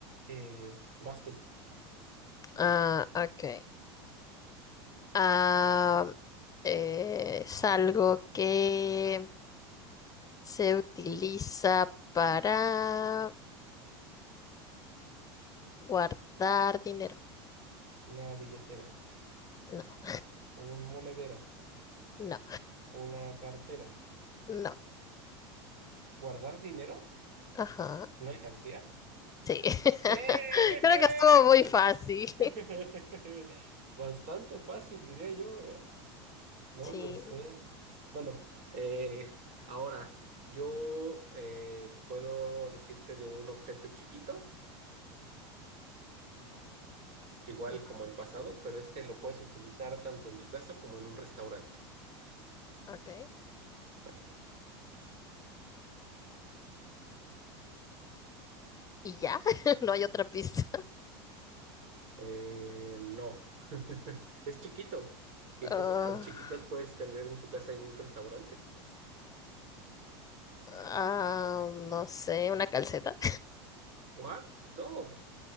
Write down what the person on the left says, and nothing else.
Ah, ok. Ah, eh, es algo que se utiliza para guardar dinero.
No,
no,
no.
Ajá.
Sí. <laughs>
Creo que estuvo muy
fácil.
<laughs>
Sí.
Ajá.
Ok.
¿Y ya? <laughs> No hay otra pista.
Ah,
ah, no sé, una calceta.